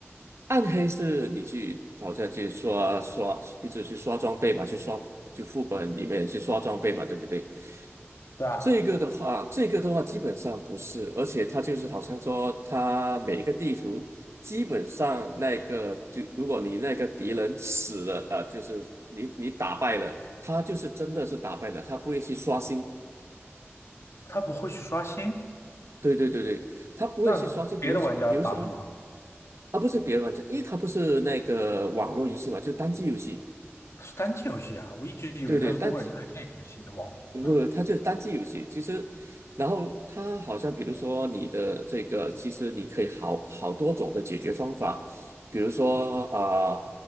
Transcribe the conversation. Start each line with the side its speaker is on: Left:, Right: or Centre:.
Right: 暗黑是你去好像去刷刷，一直去刷装备嘛，去刷就副本里面去刷装备嘛，对不对？
Left: 对啊，
Right: 这个的话，这个的话基本上不是，而且它就是好像说，它每一个地图基本上那个就如果你那个敌人死了，呃，就是你你打败了，他就是真的是打败了，他不会去刷新。
Left: 他不会去刷新，
Right: 对对对对，他不会去刷新。
Left: 那别的玩家打什么？
Right: 比如说，比如说，啊，不是别人玩家，因为他不是那个网络游戏嘛，就是单机游戏。
Left: 是单机游戏啊，我一直以为它是多人在线游戏的网游呢。
Right: 对对，但不，它就是单机游戏。其实，然后它好像，比如说你的这个，其实你可以好好多种的解决方法。比如说啊、